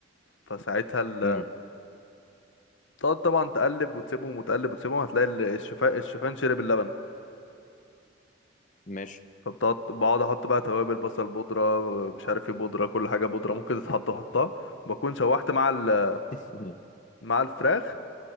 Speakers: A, on the left; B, on the left.
A: فساعتها ال...
B: امم
A: تقعد طبعا تقلب وتسيبهم وتقلب وتسيبهم هتلاقي ال- الشوفان الشوفان شرب اللبن
B: ماشي
A: فبتقعد بقعد احط بقى توابل بصل بودره مش عارف ايه بودره كل حاجه بودره ممكن تتحط احطها بكون شوحت مع ال...
B: مم.
A: مع الفراخ